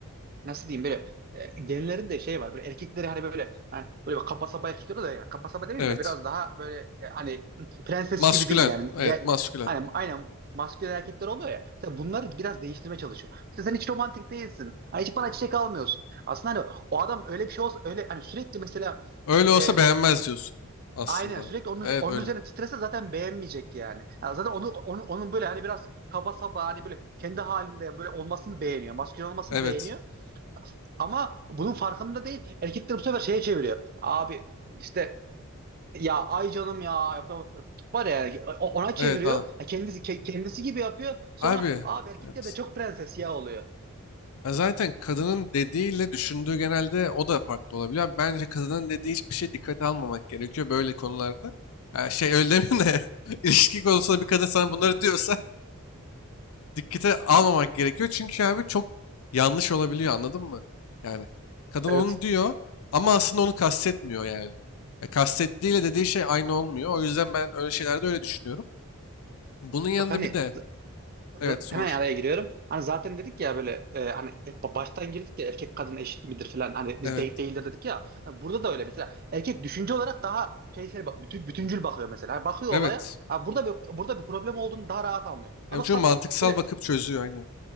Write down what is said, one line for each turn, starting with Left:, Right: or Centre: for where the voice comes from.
Right: nasıl diyeyim böyle e, genlerin şey var böyle erkekleri hani böyle hani böyle kaba saba erkekler oluyor yani kaba saba demeyeyim
Left: Evet.
Right: de biraz daha böyle e, hani prenses
Left: Maskülen.
Right: gibi değil yani Ge-
Left: Evet, maskülen.
Right: hani aynen maskülen erkekler oluyor ya mesela bunları biraz değiştirmeye çalışıyor. İşte sen hiç romantik değilsin. Hani hiç bana çiçek almıyorsun. Aslında hani o adam öyle bir şey olsa öyle hani sürekli mesela
Left: Öyle olsa
Right: e,
Left: beğenmez diyorsun aslında.
Right: Aynen sürekli onun,
Left: Evet
Right: onun
Left: öyle.
Right: üzerine titrese zaten beğenmeyecek yani. Ya zaten onu, onu onun böyle hani biraz kaba saba hani böyle kendi halinde böyle olmasını beğeniyor. Maskülen olmasını
Left: Evet.
Right: beğeniyor. Ama bunun farkında değil. Erkekler bu sefer şeye çeviriyor. Abi işte ya ay canım ya yapamam- var ya yani, o- ona çeviriyor.
Left: Evet anladım.
Right: Ya kendisi ke- kendisi gibi yapıyor. Sonra
Left: Abi
Right: abi erkekler
Left: evet.
Right: de çok prenses ya oluyor.
Left: Ya zaten kadının dediğiyle düşündüğü genelde o da farklı olabiliyor. Abi Bence kadının dediği hiçbir şey dikkate almamak gerekiyor böyle konularda. Ya şey öyle demeyeyim de <laughs> ilişki konusunda bir kadın sana bunları diyorsa dikkate almamak gerekiyor. Çünkü abi çok yanlış olabiliyor anladın mı? Yani kadın
Right: Evet.
Left: onu diyor ama aslında onu kastetmiyor yani. Ya kastettiğiyle dediği şey aynı olmuyor. O yüzden ben öyle şeylerde öyle düşünüyorum. Bunun yanında
Right: Bak hani
Left: bir de
Right: zaten
Left: evet sonuç
Right: hemen araya giriyorum. Hani zaten dedik ya böyle e, hani hep baştan girdik ya erkek kadın eşit midir falan hani
Left: evet
Right: biz denk değildir dedik ya. Hani burada da öyle mesela erkek düşünce olarak daha şeysel bak- bütün, bütüncül bakıyor mesela. Hani bakıyor
Left: evet.
Right: olaya. Ha burada bir burada bir problem olduğunu daha rahat anlıyor. Ama
Left: Ya çünkü
Right: kadın
Left: mantıksal
Right: böyle
Left: bakıp çözüyor aynen.